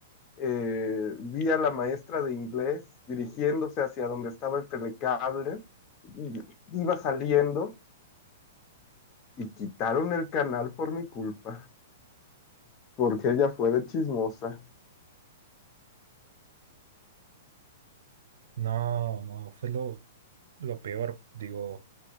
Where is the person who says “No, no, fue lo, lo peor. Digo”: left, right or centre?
Right